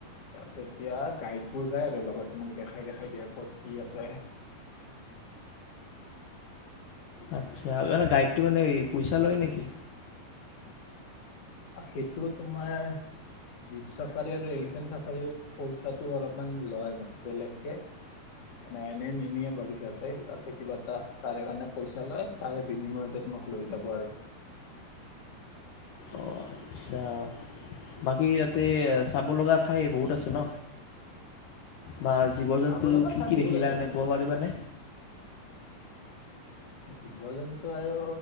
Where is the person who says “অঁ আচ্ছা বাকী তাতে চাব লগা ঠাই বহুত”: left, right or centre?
Left